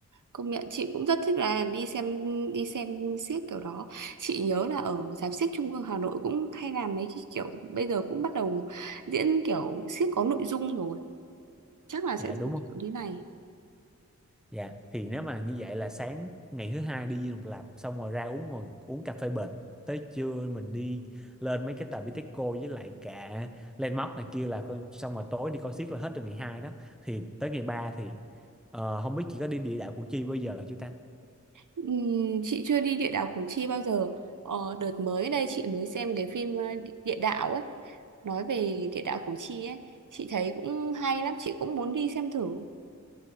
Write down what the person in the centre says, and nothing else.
Dạ
đúng rồi.
Dạ, thì nếu mà như vậy là sáng ngày thứ hai đi Dinh Độc Lập xong rồi ra uống ngồi uống cà phê bệt tới trưa mình đi lên mấy cái tòa Bitexco với lại cả Landmark này kia là coi xong rồi tối đi coi xiếc là hết từ ngày hai đó thì tới ngày ba thì ờ, không biết chị có đi địa đạo Củ Chi bao giờ chưa ta